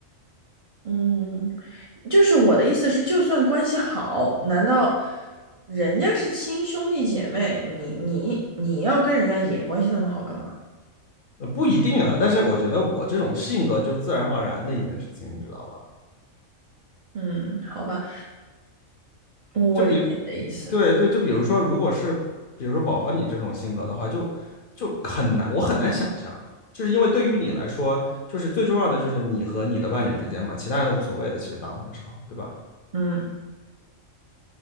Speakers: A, on the right (about 60°); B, on the left (about 55°).
A: 嗯，就是我的意思是，就算关系好，难道人家是亲兄弟姐妹，你你你要跟人家也关系那么好干嘛？
B: 呃不一定啊，但是我觉得我这种性格就是自然而然的一件事情，你知道吧？
A: 嗯，好吧，我理解你的意思。
B: 就比，对对，就比如说，如果是比如说宝宝你这种性格的话，就就很难，我很难想象啊。就是因为对于你来说，就是最重要的就是你和你的伴侣之间嘛，其他人都无所谓的，其实大部分时候，对吧？
A: 嗯，